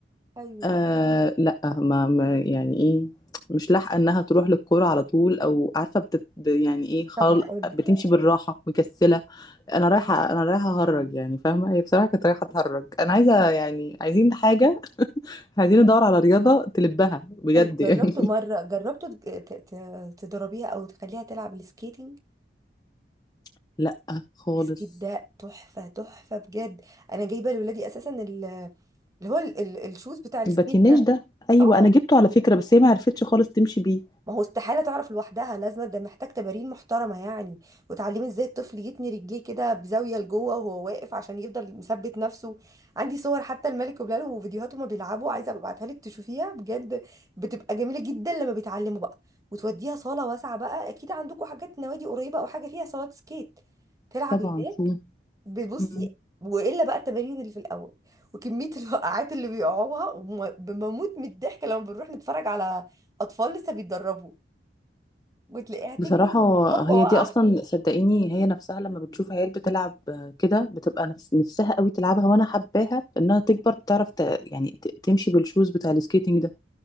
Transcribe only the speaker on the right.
ايوه
أيوة.
طب هقول لك
طيب جربته
مرة جربته تج- ت- ت- تضربيها أو تخليها تلعب السكيتنج
السكيت ده تحفة تحفة بجد أنا جايبة لولادي أساسا ال- اللي هو ال- ال- الشوز بتاع السكيت
ده
اه
ما هو استحالة تعرف لوحدها لازم ده محتاج تمارين محترمة يعني وتعليم ازاي الطفل يتني رجليه كده بزاوية لجوه وهو واقف عشان يفضل مثبت نفسه عندي صور حتى الملك وبلاله وفيديوهات هما بيلعبوا عايزة أبقى ابعتها لك تشوفيها بجد بتبقى جميلة جدا لما بيتعلموا بقى وتوديها صالة واسعة بقى اكيد عندكم حاجات نوادي قريبة او حاجة فيها صالات سكيت تلعب
هناك
بتبصي
والا بقى التمارين اللي في الاول وكمية <laughs> الوقعات اللي بيقعوها وم- بموت من الضحك لما بنروح نتفرج على اطفال لسه بيتدربوا وتلاقيها تجري
هوبا
وقع